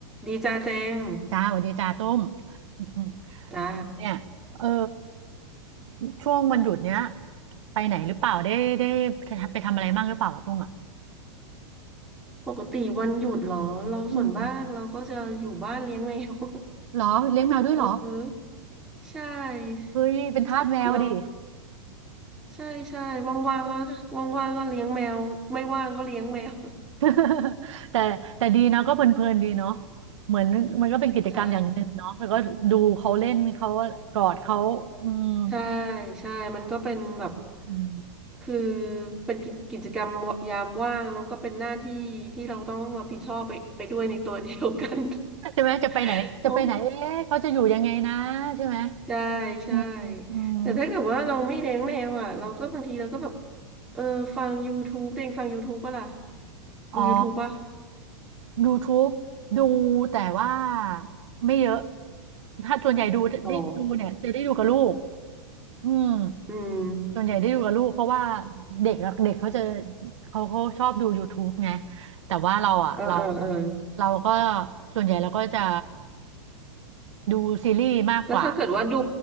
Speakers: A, in the centre; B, on the right (about 75°).
A: ดีจ้าแจง
B: จ้าสวัสดีจ้าตุ้ม <laughs>
A: จ้า
B: เนี่ยเออช่วงวันหยุดเนี้ยไปไหนหรือเปล่าได้ได้ไปทำอะไรบ้างหรือเปล่าอะตุ้มอ่ะ
A: ปกติวันหยุดเหรอเราส่วนมากเราก็จะอยู่บ้านเลี้ยงแมว
B: อืม
A: <laughs>
B: เหรอเลี้ยงแมวด้วยเหรอ
A: เออใช่
B: เฮ้ยเป็นทาสแมวดิ
A: ถ้าเราใช่ใช่ว่างๆก็ว่างๆก็เลี้ยงแมวไม่ว่างก็เลี้ยงแมว
B: <laughs> แต่แต่ดีนะก็เพลินๆดีเนาะเหมือนมันก็เป็นกิจกรรมอย่างหนึ่งเนาะแล้วก็ดูเขาเล่นเขากอดเขาอืม
A: ใช่ใช่
B: <laughs>
A: ใช่มันก็เป็นแบบ
B: อืม
A: คือเป็นกิจกิจกรรมยามว่างแล้วก็เป็นหน้าที่ที่เราต้องรับผิดชอบไปไปด้วยในตัวเดียวกัน
B: ใช่ไหมจะไปไหนจะไปไหนเอ๊ะเขาจะอยู่ยังไงนะใช่ไหม
A: <laughs> โอ้ ใช่ใช่
B: อืมอืม
A: แต่ถ้าเกิดว่าเราไม่เลี้ยงแมวอ่ะเราก็บางทีเราก็แบบเออฟัง YouTube เด้งฟัง YouTube ปะล่ะดู
B: อ๋อ
A: YouTube ป่ะ
B: YouTube ดูแต่ว่าไม่เยอะถ้าส่วนใหญ่ดูได้ดูเนี่ยจะได้ดูกับลูก
A: อ๋อ
B: อืม
A: อืม
B: ส่วนใหญ่ได้ดูกับลูกเพราะว่าเด็กอะเด็กเขาจะเขาเขาชอบดู YouTube ไงแต่ว่าเราอ่ะเรา
A: เออเออเออ
B: เราก็ส่วนใหญ่เราก็จะดูซีรีส์มากกว่า
A: ก็ถ้าเกิดว่าดู